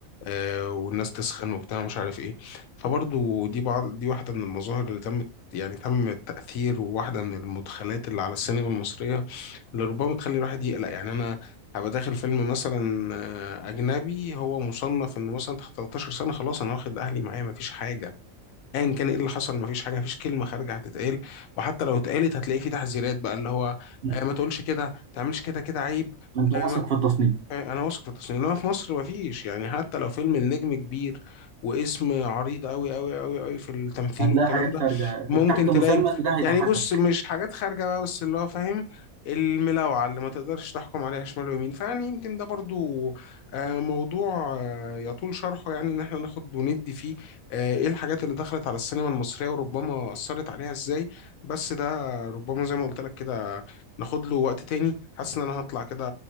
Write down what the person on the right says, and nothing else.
مم.
انت
واثق في التصنيف
هتلاقي
حاجات
خارجه
تحت
مسمى ان ده هيضحكك